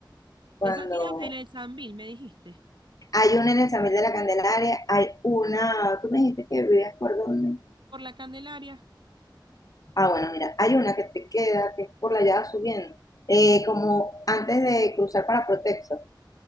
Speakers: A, on the left; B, on the right.
A: Cuando
B: Esa queda en el Sambil, me dijiste.
A: hay una en el Samil de la Candelaria, hay una, tú me dijiste que vivías por dónde.
B: Por la Candelaria,
A: Ah, bueno, mira, hay una que te queda, que es por la llave subiendo, eh, como antes de cruzar para Protexo.